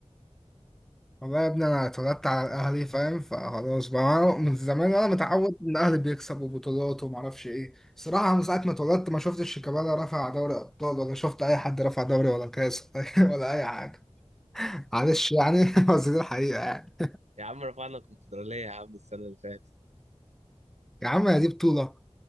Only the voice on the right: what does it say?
يا عم رفعنا الكونفدراليه يا عم السنه اللي فاتت